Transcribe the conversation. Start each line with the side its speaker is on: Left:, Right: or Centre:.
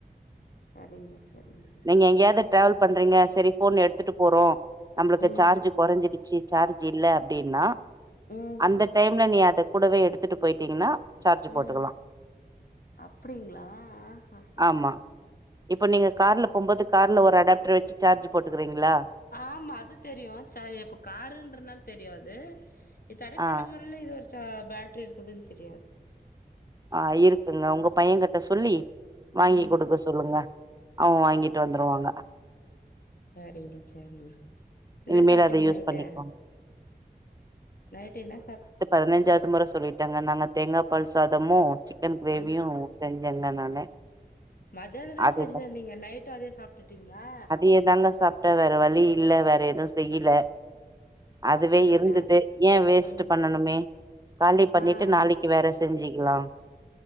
Left: சரிங்க சரிங்க
Right: நீங்க எங்யாது டிராவல்
Left: பர
Right: பண் றீங்க சேரி ஃபோன் எடுத்துட்டு போறோ நம்ளுக்கு
Left: ம்
Right: சார்ஜு கொறஞ்சிடுச்சு சார்ஜ் இல்ல அப்டினா
Left: ம்
Right: அந்த டைம்ல நீ அத கூடவே எடுத்துட்டு போய்ட்டீங்கனா சார்ஜு போட்டுக்குலா
Left: ம் அப்டிங்களா ஆஹஹ
Right: ஆமா இப்ப நீங்க கார்ல போம்போது கார்ல ஒரு அட் பேட்ரு வச்சு சார்ஜு போட்டுக்கிறீங்ளா
Left: ஆமா அது தெரியு சா இப்ப காருன்றதுனால தெரியாது இது தனிப்பட்ட
Right: ஆ
Left: முறைல இது ஒரு சா பேட்ரி இருக்குதுன் தெரியாது
Right: ஆ இருக்குங்க உங்க பையன் கிட்ட சொல்லி வாங்கி
Left: ம்
Right: குடுக்க சொல்லுங்க அவன் வாங்கிட்டு
Left: ம்
Right: வந்துருவாங்க
Left: சரிங்க சரிங்க என்ன
Right: இனிமேல்
Left: சாப்ட்டீங்க
Right: அத யூஸ்
Left: நைட்டு
Right: பண்ணிக்குவாங்க
Left: நைட்டு என்ன சாப்ட்டு
Right: பதினஞ்சாது முற சொல்லிட்டங்க நாங்க தேங்காப்பால் சாதமு சிக்கன் கிரேவியு
Left: ம்
Right: செஞ்சங்க நானு
Left: மதியானதா
Right: அதுதா
Left: செஞ்சனீங்க நைட்டு அதே சாப்ட்டுட்டீங்ளா
Right: இதாங்க சாப் உட்டா வேற வழி இல்ல வேற எது செய்யில அதுவே
Left: அப்டிங்களா
Right: இருந்துது ஏன் வேஸ்ட்டு
Left: ம்
Right: பண்ணணுமே காலி பண்ணிட்டு
Left: ஆ
Right: நாளி
Left: ஆ
Right: க்கி வேற செஞ்சுக்குலா